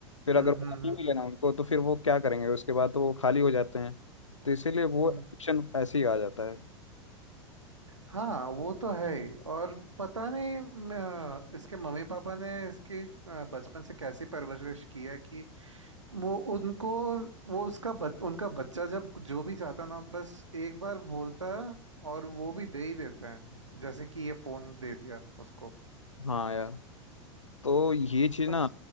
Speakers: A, on the left; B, on the right.
A: फिर
B: हम्म
A: अगर वो
B: हम्म
A: नहीं
B: हम्म
A: लेना उनको तो फिर वो क्या करेंगे उसके बाद तो वो खाली हो जाते हैं तो इसीलिए वो
B: हम्म,
A: एडिक्शन
B: हम्म।
A: ऐसे ही आ जाता है
B: हाँ वो तो है ही और पता नहीं म, अ, इसके मम्मी पापा ने इसकी अ, बचपन से कैसी परवरिश की है कि वो उनको वो उसका बच, उनका बच्चा जब जो भी चाहता ना बस एक बार बोलता है और वो भी दे ही देते हैं जैसे कि ये फोन दे दिया उसको
A: हाँ यार तो ये चीज
B: बस
A: ना